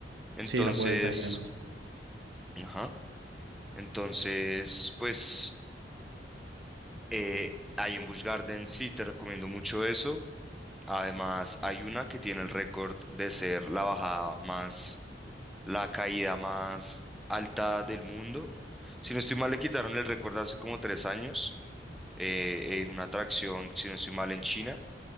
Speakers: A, in the centre; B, on the right.
A: Entonces,
B: Sí, las vueltas y demás.
A: ajá, entonces, pues, eh, ahí en Busch Garden sí te recomiendo mucho eso. Además, hay una que tiene el récord de ser la bajada más, la caída más alta del mundo. Si no estoy mal, le quitaron el récord hace como tres años eh, en una atracción, si no estoy mal, en China.